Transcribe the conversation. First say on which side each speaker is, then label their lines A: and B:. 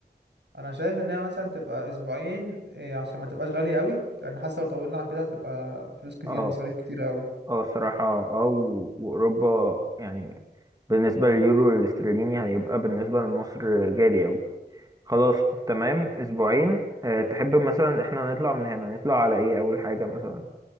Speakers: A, on the right; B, on the right.
A: انا شايف ان هي مثلا تبقى اسبوعين إيه، عشان ما تبقاش غالية قوي لان حاسه لو طولنا عن كده هتبقى فلوس كتير
B: اه
A: مصاريف كتير قوي
B: اه الصراحه اه و- واوروبا يعني بالنسبه لليورو والاسترليني هيبقى بالنسبه لمصر غالي قوي خلاص تمام اسبوعين أه تحب مثلا احنا نطلع من هنا نطلع على ايه اول حاجه مثلا